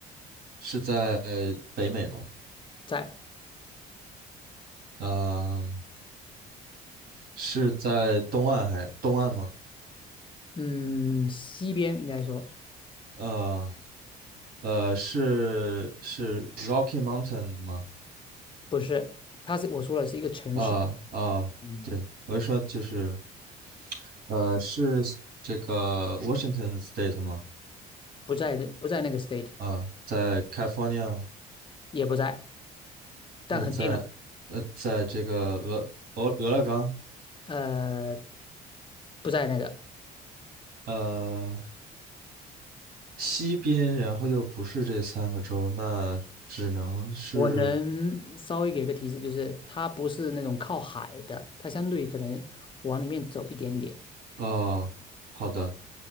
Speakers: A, on the right (about 65°); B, on the left (about 30°).
A: 是在北美吗？
B: 在，
A: 呃，是在东岸还东岸吗？
B: 嗯，西边应该说
A: 呃呃，是是 Rocky Mountain 吗？
B: 不是，它是我说了是一个城市，
A: 啊、啊、
B: 嗯，
A: 对，我是说就是呃，是这个 Washington State 吗？
B: 不在的不在那个 state，
A: 啊、在 California 吗？
B: 也不在，
A: 那在呃，
B: 但很近了，
A: 在这个俄俄俄勒冈，
B: 呃，不在那个。
A: 呃，西边，然后又不是这三个州，那只能是
B: 我能稍微给个提示，就是它不是那种靠海的，它相对可能往里面走一点点。
A: 哦，好的，